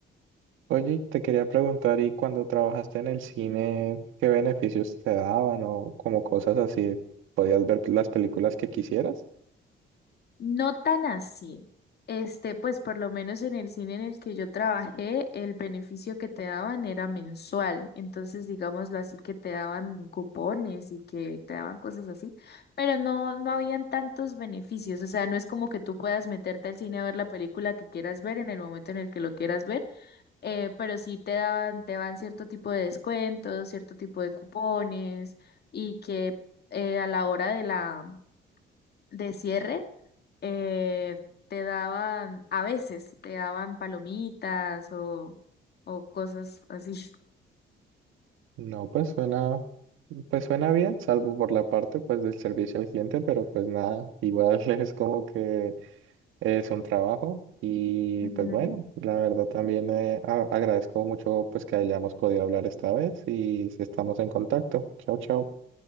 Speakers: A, on the right; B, on the left.
A: Oye, y te quería preguntar, ¿y cuando trabajaste en el cine, qué beneficios te daban o como cosas así? ¿Podías ver las películas que quisieras?
B: No tan así. Este, pues por lo menos en el cine en el que yo trabajé, el beneficio que te daban era mensual. Entonces, digámoslo así, que te daban cupones y que te daban cosas así, pero no, no habían tantos beneficios. O sea, no es como que tú puedas meterte al cine a ver la película que quieras ver en el momento en el que lo quieras ver eh, pero sí te dan, te dan cierto tipo de descuentos, cierto tipo de cupones y que eh, a la hora de la de cierre eh, te daban, a veces te daban palomitas o, o cosas así. <laughs>
A: No, pues suena, pues suena bien, salvo por la parte pues del servicio al cliente, pero pues nada, igual <laughs> es como que es un trabajo y
B: Ujú.
A: pues bueno, la verdad también eh, a- agradezco mucho pues que hayamos podido hablar esta vez y estamos en contacto. Chao, chao.